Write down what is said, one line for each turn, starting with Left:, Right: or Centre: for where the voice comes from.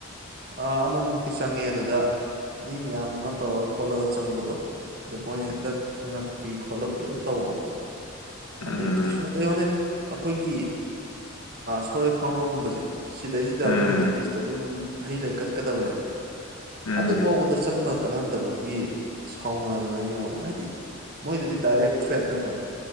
Right: ꯑꯃꯃꯨꯛꯇꯤ ꯆꯪꯉꯦ ꯑꯗꯨꯗ ꯃꯤ ꯃꯌꯥꯝ ꯇꯧꯔꯒ ꯈꯣꯠꯂꯒ ꯆꯪꯕꯗꯣ ꯑꯗ ꯃꯣꯏꯅ ꯍꯦꯛꯇ ꯊꯤꯉꯛꯄꯤ ꯈꯣꯠꯂꯛꯄꯤ ꯍꯦꯛꯇ ꯇꯧꯕꯀꯣ
Left: ꯎꯝ
Right: ꯑꯗ ꯀꯩꯁꯨ ꯅꯠꯇꯦꯌꯣꯅꯦ ꯑꯩꯈꯣꯏꯒꯤ ꯁꯣꯔꯣꯏ ꯈꯥꯎꯕꯒꯨꯝꯕꯁꯦ ꯁꯤꯗꯩꯁꯤꯗ ꯑꯩꯈꯣꯏ
Left: ꯎꯝ
Right: ꯍꯧꯖꯤꯛꯀꯤꯁꯤꯗ ꯑꯗꯨꯝ ꯍꯩ ꯂꯩ ꯀꯠ ꯀꯗꯕꯅꯦꯕ
Left: ꯎꯝ
Right: ꯑꯗꯨ ꯐꯥꯎꯕꯗ ꯆꯪꯅ ꯀꯜꯍꯟꯗꯕꯒꯤ ꯁꯥꯎꯅꯗꯅ ꯌꯦꯡꯉꯨꯗ꯭ꯔꯥ ꯍꯥꯏꯗꯤ ꯃꯣꯏꯗꯗꯤ ꯗꯥꯏꯔꯦꯛ ꯊ꯭ꯔꯦꯠ ꯅꯠꯇ꯭ꯔꯥ